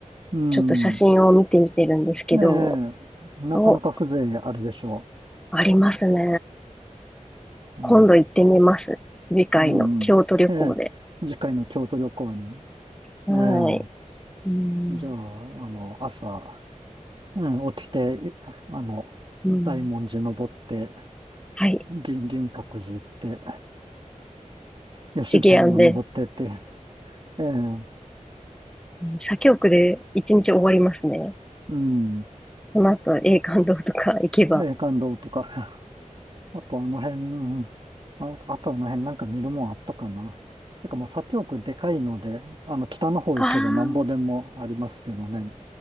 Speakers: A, on the right (about 40°); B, in the centre.
A: うん。
B: ちょっと写真を見てみてるんですけど、
A: ええ、なかなか風情あるでしょ
B: お、ありますね。
A: う。
B: 今度行ってみます。
A: ええ、
B: 次回の京都旅行で。
A: うん、うん。ええ、次回の京都旅行に。
B: はい。
A: ええ、
B: うん、
A: じゃあ、あの、朝、うん、起きて、いあの、
B: うん。
A: 大文字登って、
B: はい。
A: 銀、銀閣寺行って、吉田山登ってって、
B: 資源で、
A: ええ、
B: うん左京区で一日終わりますね。
A: うん、
B: その後、永観堂とか行けば。
A: ええ感動とかあとあの辺、うんあ、あとあの辺なんか見るもんあったかな。てかまあ左京区でかいので、あの北の方行けばなんぼでもありますけどね。
B: あ